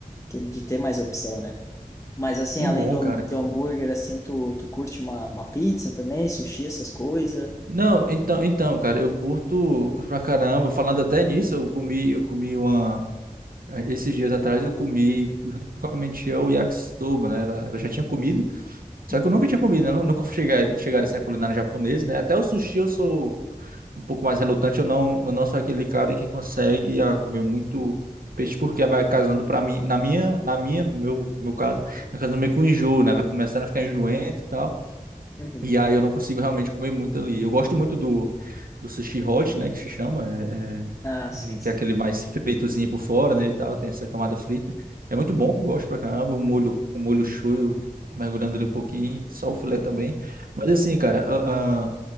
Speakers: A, on the left (about 20°); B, on the right (about 75°).
A: que de ter mais opção, né? Mas assim,
B: Que
A: além
B: bom,
A: do, ham-
B: cara.
A: do
B: que bom.
A: hambúrguer, assim, tu, tu curte uma, uma pizza também, sushi, essas coisas?
B: Não, então, então, cara, eu curto, curto pra caramba. Falando até nisso, eu comi, eu comi uma. Esses dias atrás eu comi, junto com a minha tia, o yakisoba, né? Ela, ela já tinha comido, só
A: Uhum.
B: que eu nunca tinha comido, né? Nu- Nunca fui chegar, chegar assim, a culinária japonesa, né? Até o sushi eu sou um pouco mais relutante. Eu não, eu não sou aquele cara que consegue ah, comer muito peixe porque vai casando para mim, na minha, na minha, no meu, no meu caso, vai casando meio com enjoo, né? Vai começando a ficar enjoente e tal.
A: Uhum.
B: E aí eu não consigo realmente comer muito ali. Eu gosto muito do do sushi hot, né, que se chama, é,
A: Ah, sim,
B: é, é, que
A: sim.
B: é aquele mais fritozinho por fora, né, e tal, tem essa camada frita. É muito bom, eu gosto pra caramba, um molho, um molho shoyu mergulhando ali um pouquinho, só o filé também. Mas assim, cara, ah, ah,